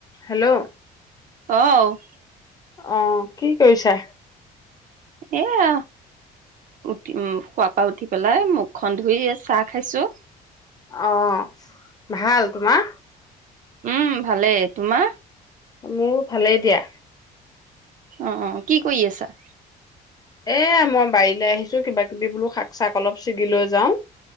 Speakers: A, on the left; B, on the right.
A: হেল্ল'
B: অ'।
A: অ', কি কৰিছা?
B: এইয়া উঠি, উম, শুৱাৰ পৰা উঠি পেলাই মুখখন ধুই, এ, চাহ খাইছোঁ।
A: অহ, ভাল তোমাৰ?
B: উম, ভালে তোমাৰ?
A: মোৰ ভালেই দিয়া।
B: অহ, অহ, কি কৰি আছা?
A: এয়া মই বাৰীলৈ আহিছো কিবা কিবি বোলো শাক চাক অলপ ছিগি লৈ যাওঁ।